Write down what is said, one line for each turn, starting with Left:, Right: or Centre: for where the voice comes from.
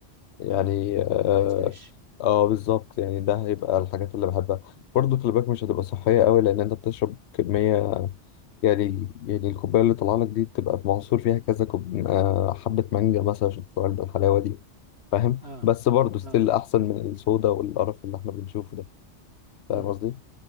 Left: يعني
Right: اه
Left: اه,
Right: حاجات فريش
Left: آه بالظبط يعني ده هيبقى الحاجات اللي بحبها برضه خلي بالك مش هتبقى صحية قوي لأن أنت بتشرب كمية يعني يعني الكوباية اللي طالعة لك دي تبقى معصور فيها كذا كوب... آه، حبة مانجا مثلا عشان تطلع لك بالحلاوة دي فاهم
Right: اه
Left: بس برضه ستيل
Right: اه
Left: أحسن من الصودا والقرف اللي احنا بنشوفه ده فاهم
Right: امم
Left: قصدي؟